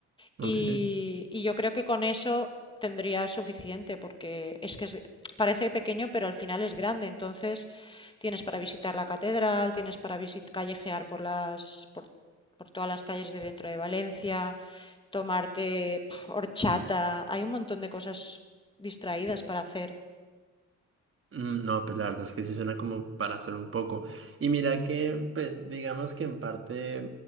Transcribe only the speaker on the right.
Ok.
Mm, No, pues la verdad es que sí suena como para hacer un poco. Y mira que, pues digamos que en parte